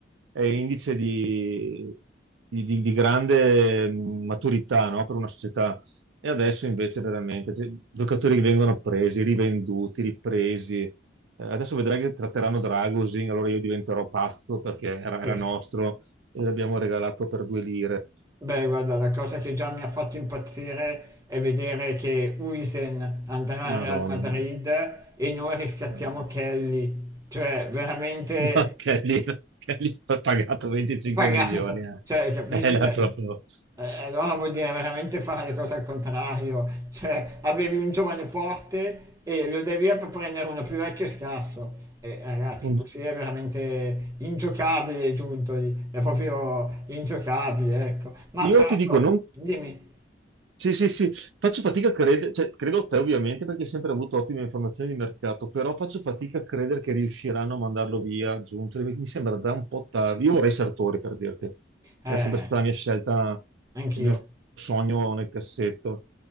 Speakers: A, on the right; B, on the right.
A: è indice di, di- di- di grande mm, maturità, no, per una società e adesso invece veramente, cioè, giocatori che vengono presi, rivenduti, ripresi. Eh, adesso vedrai che tratteranno Dragosin, allora io diventerò pazzo perché era, era
B: sì.
A: nostro e l'abbiamo regalato per due lire.
B: Beh, guarda, la cosa che già mi ha fatto impazzire è vedere che Huijsen andrà al
A: Madonna.
B: Real Madrid e noi riscattiamo
A: <laughs>
B: Kelly, cioè veramente
A: No, Kelly, Kelly ha pagato 25
B: pagata,
A: milioni. eh.
B: cioè capisci?
A: Era
B: Eh,
A: proprio
B: allora vuol dire veramente fare le cose al contrario, cioè avevi un giovane forte e lo dai via per prendere uno più vecchio e scarso. E ragazzi,
A: un-
B: così è veramente ingiocabile Giuntoli, è proprio ingiocabile, ecco. Ma
A: Io
B: tra
A: ti
B: l'altro,
A: dico, non
B: dimmi.
A: Sì, sì, sì, faccio fatica a credere, cioè, credo a te ovviamente perché hai sempre avuto ottime informazioni di mercato, però faccio fatica a credere che riusciranno a mandarlo via giunto, mi sembra già un po' tardi. Io vorrei Sartori per dirti,
B: Eh,
A: è sempre stata la mia scelta,
B: anch'io,
A: il mio sogno nel cassetto,